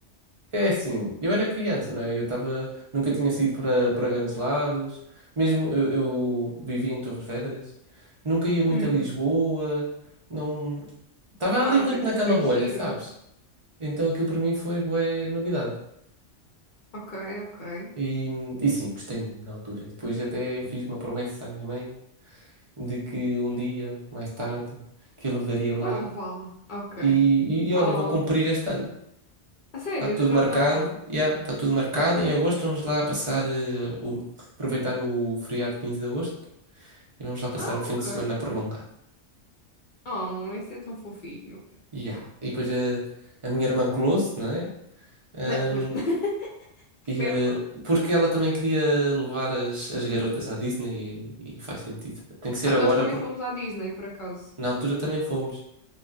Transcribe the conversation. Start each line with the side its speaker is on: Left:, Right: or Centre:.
Right: É assim, eu era criança, não é? Eu estava, nunca tinha saído para, para grandes lados, mesmo eu, eu vivia em Torres Vedras, nunca ia muito
Left: Hum.
Right: a Lisboa, não, estava
Left: Ah,
Right: ali muito
Left: ok, então
Right: naquela
Left: foi
Right: bolha,
Left: giro.
Right: sabes? Então aquilo para mim foi bué novidade.
Left: Ok, ok.
Right: E, e sim, gostei muito na altura. E Depois até fiz uma promessa à minha mãe de que um dia, mais tarde, que eu levaria lá
Left: Vais levá-la. Ok.
Right: e, e, e olha,
Left: Oh,
Right: vou cumprir este ano.
Left: a sério,
Right: Está tudo
Left: já
Right: marcado,
Left: vão lá?
Right: já, está tudo marcado. Em agosto vamos lá passar, eh, o, aproveitar o feriado de 15 de agosto e vamos lá passar
Left: Ah,
Right: um fim
Left: ok.
Right: de semana prolongado.
Left: Oh, isso é tão fofinho.
Right: Ya. E depois eh, a, minha irmã colou-se, não é? Ahm,
Left: Não, pois, <laughs> esperta.
Right: e, eh, porque ela também queria levar as, as garotas à Disney e, e faz sentido. Tem que ser
Left: Ah,
Right: agora
Left: Nós também
Right: porque
Left: fomos à Disney, por acaso.
Right: na altura também fomos.